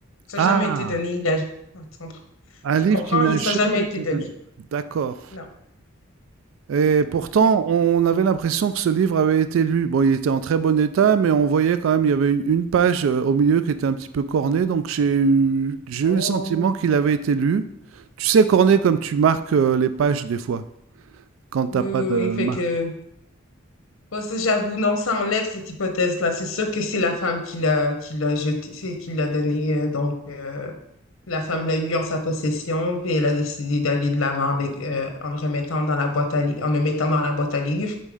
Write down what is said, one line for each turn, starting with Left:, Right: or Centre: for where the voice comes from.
Left: Ça
Right: Ah,
Left: n'a jamais été donné. Il a... Ah, tu comprends?
Right: un
Left: Tu
Right: livre
Left: comprends?
Right: qui n'a
Left: Il-
Right: jamais
Left: Ça n'a jamais été
Right: été
Left: donné.
Right: donné. D'accord.
Left: Non.
Right: Et pourtant,
Left: Fait que-
Right: on avait l'impression que ce livre avait été lu. Bon, il était en très bon état, mais on voyait quand même, il y avait une, une page euh, au milieu qui était un petit peu cornée, donc j'ai eu, j'ai
Left: Oh,
Right: eu le sentiment qu'il avait été lu. Tu sais, cornée comme tu marques euh, les pages des fois, quand t'as
Left: oui,
Right: pas
Left: oui,
Right: de
Left: oui. Fait
Right: marque.
Left: que, moi, ça, j'avoue, non, ça enlève cette hypothèse-là. C'est sûr que c'est la femme qui l'a, qui l'a jeté, c'est qui l'a donné. euh, donc, euh, La femme l'a eu en sa possession, puis elle a décidé d'aller de l'avant avec euh, en le remettant dans la boîte à li- en le mettant dans la boîte à livres